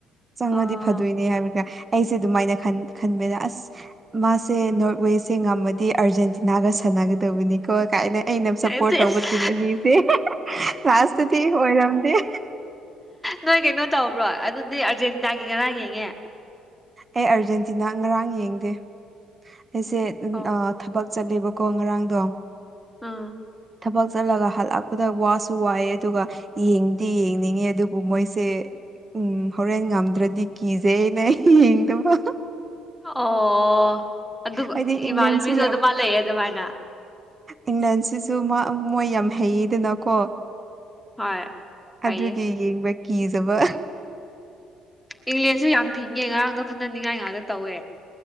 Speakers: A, on the right; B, in the centre.
A: ꯆꯪꯉꯗꯤ
B: ꯑꯥ
A: ꯐꯗꯣꯏꯅꯦ ꯍꯥꯏꯕꯗ ꯑꯩꯁꯦ ꯑꯗꯨꯃꯥꯏꯅ ꯈꯟꯕꯗ ꯑꯁ ꯃꯥꯁꯦ ꯅꯣꯔꯠꯋꯦꯁꯦ ꯉꯝꯃꯗꯤ ꯑꯥꯔꯖꯦꯟꯇꯤꯅꯥꯒ ꯁꯥꯟꯅꯒꯗꯕꯅꯤꯀꯣ ꯀꯥꯏꯅ ꯑꯩꯅ
B: ꯑꯦꯁ
A: ꯁꯄꯣꯔꯠ ꯇꯧꯕ ꯇꯤꯝ ꯑꯅꯤꯁꯦ <unintelligible> ꯂꯥꯁꯇꯗꯤ ꯑꯣꯏꯔꯝꯗꯦ <unintelligible>
B: ꯅꯣꯏ ꯀꯩꯅꯣ ꯇꯧꯕ꯭ꯔꯣ ꯑꯗꯨꯗꯤ ꯑꯥꯔꯖꯦꯟꯇꯤꯅꯥꯒꯤ ꯉꯔꯥꯡ ꯌꯦꯡꯉꯦ
A: ꯑꯩ ꯑꯥꯔꯖꯦꯟꯇꯤꯅꯥ ꯉꯔꯥꯡ ꯌꯦꯡꯗꯦ ꯑꯩꯁꯦ
B: ꯑꯣ
A: ꯑ ꯊꯕꯛ ꯆꯠꯂꯦꯕ ꯀꯣ ꯉꯔꯥꯡꯗꯣ
B: ꯎꯝ
A: ꯊꯕꯛ ꯆꯠꯂꯒ ꯍꯥꯜꯂꯛꯄꯗ ꯋꯥꯁꯨ ꯋꯥꯏꯑꯦ ꯑꯗꯨꯒ ꯌꯦꯡꯗꯤ ꯌꯦꯡꯅꯤꯡꯉꯦ ꯑꯗꯨꯕꯨ ꯃꯣꯏꯁꯦ ꯎꯝ ꯍꯣꯔꯦꯟ ꯉꯝꯗ꯭ꯔꯗꯤ ꯀꯤꯖꯩꯅ ꯌꯦꯡꯗꯕ
B: ꯑꯣ ꯑꯗꯨꯒ
A: ꯍꯥꯏꯗꯤ ꯏꯪꯂꯦꯟꯁꯨ
B: ꯏꯃꯥꯟꯅꯕꯤꯁꯨ ꯑꯗꯨꯃꯥꯏ
A: ꯌꯥꯝ
B: ꯂꯩꯌꯦ ꯑꯗꯨꯃꯥꯏꯅ
A: ꯏꯪꯂꯦꯟꯁꯤꯁꯨ ꯃꯥ ꯃꯣꯏ ꯌꯥꯝ ꯍꯩꯌꯦꯗꯅꯀꯣ
B: ꯍꯣꯏ ꯐꯩꯌꯦ
A: ꯑꯗꯨꯒꯤ ꯌꯦꯡꯕ ꯀꯤꯖꯕ
B: ꯏꯪꯂꯦꯟꯁꯨ ꯌꯥꯝ ꯐꯤꯡꯉꯦ ꯉꯔꯥꯡꯗꯣ ꯈꯠꯅꯅꯤꯡꯉꯥꯏ ꯉꯥꯛꯇ ꯇꯧꯋꯦ